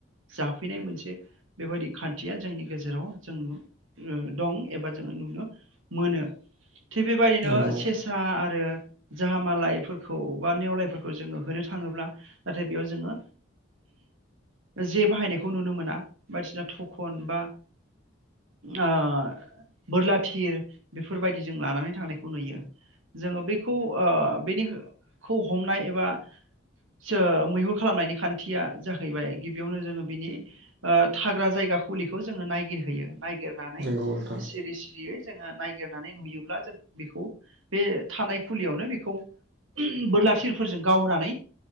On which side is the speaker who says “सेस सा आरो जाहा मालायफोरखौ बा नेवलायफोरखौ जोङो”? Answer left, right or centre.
Right